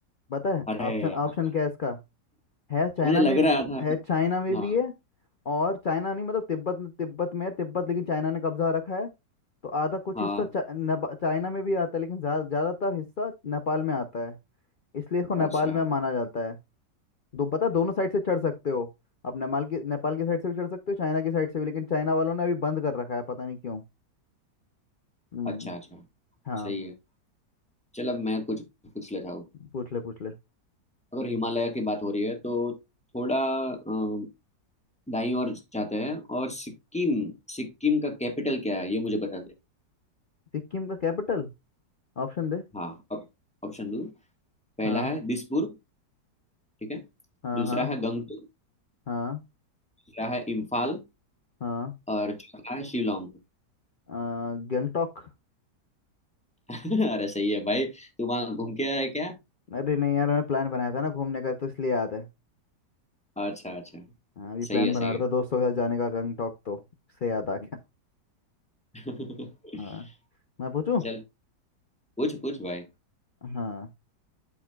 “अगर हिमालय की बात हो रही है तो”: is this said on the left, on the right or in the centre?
Centre